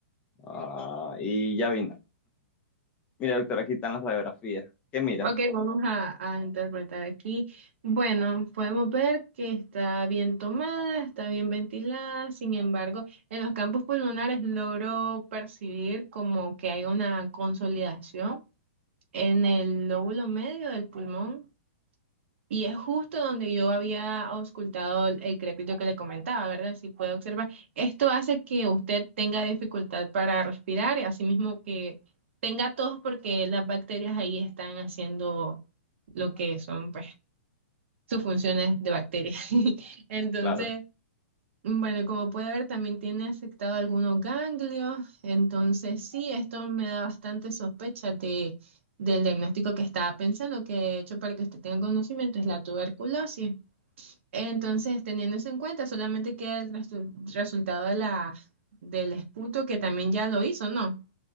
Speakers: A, on the left (about 20°); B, on the right (about 65°).
A: Ah, y ya vino. Mira, doctora, aquí están las radiografías. ¿Qué mira?
B: Ok, vamos a, a interpretar aquí. Bueno, podemos ver que está bien tomada, está bien ventilada, sin embargo, en los campos pulmonares logro percibir como que hay una consolidación en el lóbulo medio del pulmón Y es justo donde yo había auscultado el el crepito que le comentaba, ¿verdad? Si puede observar, esto hace que usted tenga dificultad para respirar y asimismo que tenga tos porque las bacterias ahí están haciendo lo que son, pues, sus funciones de bacterias. <laughs> Entonces,
A: Claro.
B: bueno, como puede ver, también tiene afectado algunos ganglios. Entonces, sí, esto me da bastante sospecha de, del diagnóstico que estaba pensando, que de hecho, para que usted tenga conocimiento, es la tuberculosis. Entonces, teniendo eso en cuenta, solamente queda el resu- resultado de la, del esputo que también ya lo hizo, ¿no?